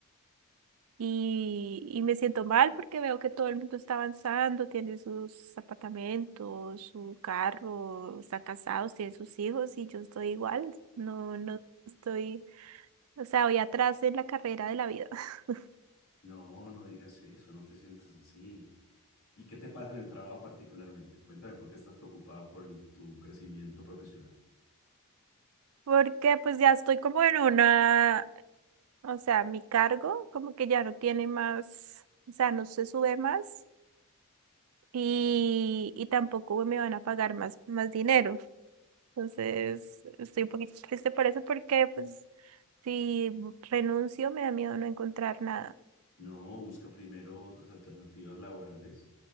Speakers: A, on the right; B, on the left.
A: Y, y me siento mal porque veo que todo el mundo está avanzando, tiene sus apartamentos, su carro, están casados, tienen sus hijos y yo estoy igual. No, no estoy, o sea, voy atrás en la carrera de la vida. <laughs>
B: No, no digas eso, no te sientas así. ¿Y qué te pasa en el trabajo particularmente? Cuéntame por qué estás preocupada por el- tu crecimiento profesional.
A: Porque pues ya estoy como en una O sea, mi cargo como que ya no tiene más, o sea, no se sube más y, y tampoco me van a pagar más, más dinero. Entonces, estoy un poquito triste por eso porque pues si renuncio me da miedo no encontrar nada.
B: No, busca primero otras alternativas laborales